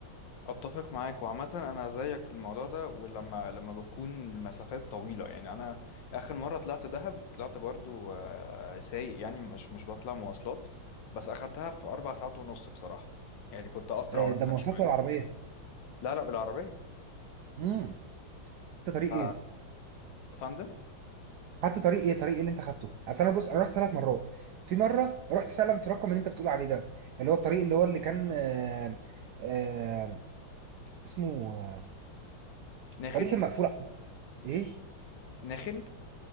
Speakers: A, on the left (about 70°); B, on the right (about 80°).
A: اتفق معاك وعامة انا زيك في الموضوع ده ولما لما بتكون مسافات طويلة يعني انا اخر مرة طلعت دهب وطلعت برضو آه، سايق يعني مش مش بطلع مواصلات بس اخدتها في اربع ساعات ونص بصراحة يعني كنت اسرع
B: آه ده
A: منك
B: مواصلات
A: شوية
B: ولا عربيه
A: لا لا بالعربية
B: امم انت
A: ف...
B: طريق ايه
A: فندم
B: خدت طريق ايه طريق ايه اللي انت خدته اصل انا بص انا رحت ثلاث مرات في مره رحت فعلا في رقم اللي انت بتقول عليه ده اللي هو الطريق اللي هو اللي كان آه آه اسمه آه،
A: نخل
B: طريق كان مقفول ايه
A: نخل